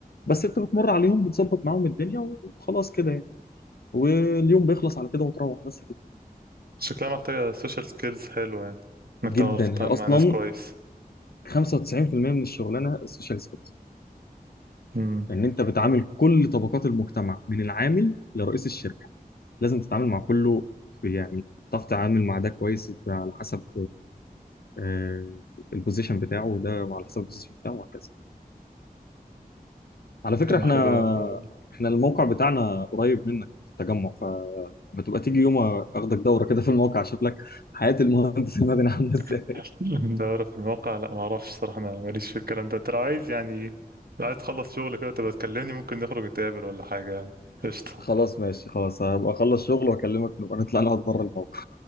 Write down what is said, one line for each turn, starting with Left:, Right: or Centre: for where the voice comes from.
Left: بس انت بتمر عليهم بتظبط معاهم الدنيا وخلاص كده يعني. واليوم بيخلص على كده وتروح بس كده
Right: شكلها محتاجة سوشيال سكيلز حلوة يعني انك
Left: جدا
Right: تعرف تتعامل
Left: هي اصلا
Right: مع ناس كويس
Left: 95% من الشغلانه السوشيال سكيلز
Right: امم
Left: لان انت بتعامل كل طبقات المجتمع من العامل لرئيس الشركه لازم تتعامل مع كله يعني تعرف تتعامل مع ده كويس على حسب آه، البوزيشن بتاعه وده وعلى حسب البوزيشن بتاعه وهكذا على فكره
Right: طب ما
Left: احنا
Right: حلو أوي الحوار ده
Left: احنا الموقع بتاعنا قريب منك في التجمع فما تبقى تيجي يوم اخدك دوره كده في الموقع اشوف لك حياه المهندس <laughs> المدني عامله ازاي
Right: <laughs> دورة في المواقع لا ما اعرفش صراحة انا ماليش في الكلام ده ترى عايز يعني لو عايز تخلص شغل كده تبقى تكلمني ممكن نخرج نتقابل ولا حاجة يعني قشطة
Left: خلاص ماشي خلاص هبقى اخلص شغل واكلمك نبقى نطلع نقعد بره الموقع